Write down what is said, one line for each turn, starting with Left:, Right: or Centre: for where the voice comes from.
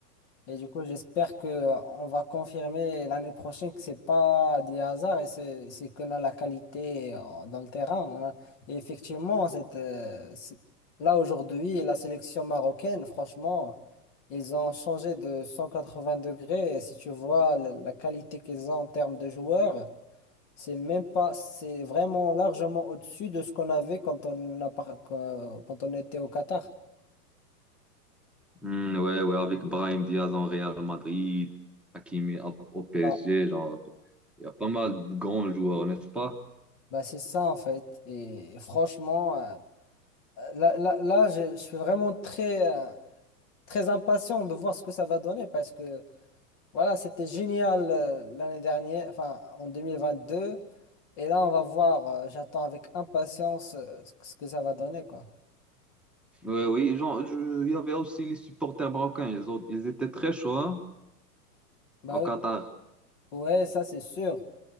Left: Et du coup, j'espère que euh, on va confirmer l'année prochaine que c'est pas des hasards et c'est c'est qu'on a la qualité euh, dans le terrain. On a... Et effectivement, cette, euh, c'est- là aujourd'hui, la sélection marocaine, franchement, ils ont changé de 180 degrés. Et si tu vois la, la qualité qu'ils ont en termes de joueurs, c'est même pas, c'est vraiment largement au-dessus de ce qu'on avait quand on a, par- quand quand on était au Qatar.
Centre: Hmm, ouais, ouais, avec Brahim Diaz en Real Madrid, Hakimi à- au PSG,
Left: Ah,
Centre: genre, il y a pas mal de grands joueurs, n'est-ce pas?
Left: bah c'est ça en fait. Et franchement. euh, Là, là, là, je, je suis vraiment très, euh, très impatient de voir ce que ça va donner parce que voilà, c'était génial euh, l'année dernière, enfin en 2022. Et là, on va voir, euh, j'attends avec impatience euh, ce que ce que ça va donner, quoi.
Centre: Ouais, oui, genre, je- il y avait aussi les supporters marocains, ils ont, ils étaient très chauds, hein,
Left: Bah
Centre: au
Left: oui,
Centre: Qatar.
Left: ouais, ça c'est sûr,